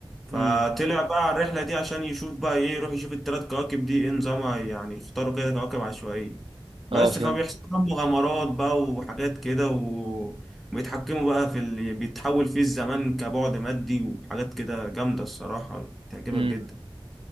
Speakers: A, in the centre; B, on the right (about 75°).
A: فطلع
B: امم
A: بقى على الرحله دي عشان يشوف بقى ايه يروح يشوف الثلاث كواكب دي ايه نظامها يعني يختاروا كده كواكب عشوائيه بس
B: اه فهمت
A: فبيحصل لهم مغامرات بقى وحاجات كده و- وبيتحكموا بقى في اللي بيتحول فيه الزمان كبعد مادي وحاجات كده جامده الصراحه تعجبك
B: امم
A: جدا